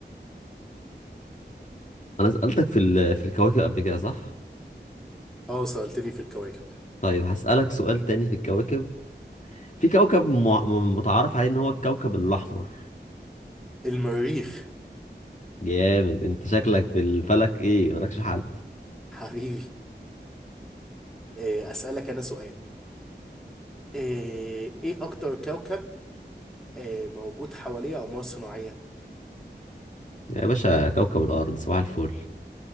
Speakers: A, on the left (about 45°); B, in the centre.
A: انا سألتك في ال- في الكواكب قبل كده صح
B: آه سألتني في الكواكب
A: طيب هسألك سؤال تاني في الكواكب في كوكب مع- م- متعارف عليه ان هو الكوكب الاحمر
B: المريخ
A: جامد انت شكلك في الفلك ايه مالكش حل
B: حبيبي إيه أسألك أنا سؤال إيه, ايه اكتر كوكب إيه موجود حواليه اقمار صناعية
A: يا باشا كوكب الارض صباح الفل